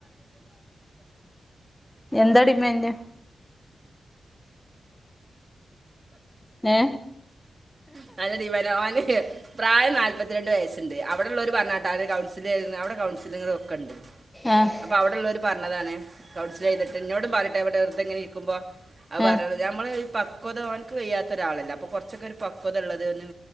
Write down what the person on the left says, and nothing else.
എന്താ ഡിമാൻഡ്? ഏ
ആഹ്
ആ